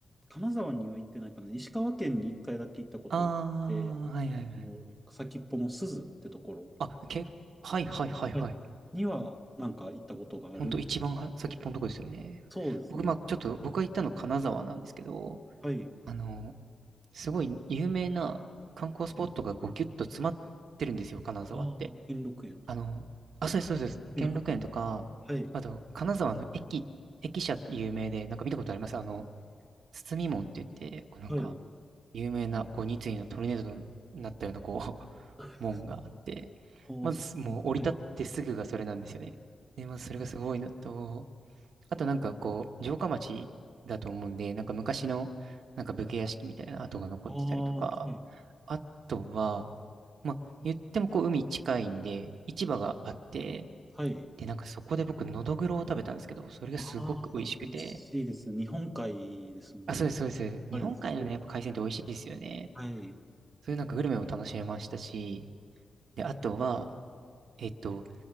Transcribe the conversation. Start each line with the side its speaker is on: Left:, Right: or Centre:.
Centre: 金沢には行ってないかな。石川県に一回だけ行ったことがあって、
Right: あー、はいはいはい。
Centre: あの、先っぽの鈴ってところ
Right: あ、け、はいはいはいはい。
Centre: はい。にはなんか行ったことがある。
Right: ほんと一番は先っぽのとこですよね。
Centre: そうですね。
Right: 僕、まあちょっと、僕が行ったの金沢なんですけど、
Centre: はい。
Right: あの、すごい有名な観光スポットがこうギュッと詰まってるんですよ、金沢って。
Centre: ああ、兼六園。
Right: あの、あ、そうです、そうです。
Centre: 兼六園。
Right: 兼六園とか、
Centre: はい。
Right: あと、金沢の駅、駅舎って有名で、なんか見たことありますあの、包み門って言って、こうなんか、
Centre: はい。
Right: 有名な、こう、二井のトルネードになったような、こう、<laughs>
Centre: あ
Right: 門があって、
Centre: あ、
Right: まず、
Centre: そう。
Right: もう降り立ってすぐがそれなんですよね。
Centre: はい。
Right: で、まずそれがすごいのと、あとなんかこう、城下町だと思うんで、なんか昔の、なんか武家屋敷みたいな跡が残ってたりとか、
Centre: ああ、はい。
Right: あとは、まあ、言ってもこう海近いんで、市場があって、
Centre: はい。
Right: で、なんかそこで僕、のどぐろを食べたんですけど、それがすごく美味しくて。
Centre: ああ、美味しいですよ。日本海ですもんね。
Right: あ、そうです、
Centre: やっ
Right: そうです。
Centre: ぱり、
Right: 日本海のね、
Centre: それは。
Right: やっぱ海鮮って美味しいですよね。
Centre: はい。
Right: そういうなんかグルメも楽しめましたし、で、あとは、えっと、